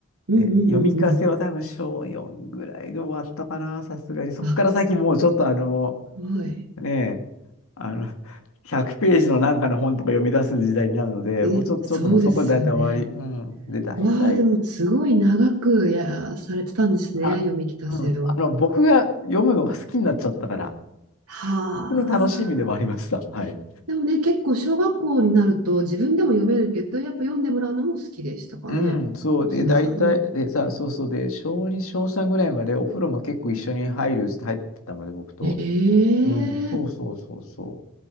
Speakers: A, on the right; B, on the left.
A: うん、
B: で、
A: うん、
B: 読み聞かせは多分章4ぐらいで終わったかな、
A: うん。うん
B: さすがに。そっから先もうちょっとあの、
A: あ、すごい。
B: ねえ、あの、100ページのなんかの本とか読み出す時代になるので、
A: え、
B: もうちょっと、
A: そうですよね。
B: ちょっともうそこで大体終わり。うん。で、大体、
A: わあ、でもすごい長くや、されてたんですね。
B: あ、
A: 読み聞かせを。
B: うん、あの、僕が読むのが好きになっちゃったから、
A: はあ。
B: 僕の楽しみでもありました。はい。
A: でもね、結構小学校になると自分でも読めるけど、やっぱ読んでもらうのも好きでしたかね。
B: うん、そうで、
A: 娘さんね。
B: 大体、でさ、そうそうで、小2、小3ぐらいまでお風呂も結構一緒に入るって入ってたので、僕と。
A: ええ
B: うん、そうそうそうそう。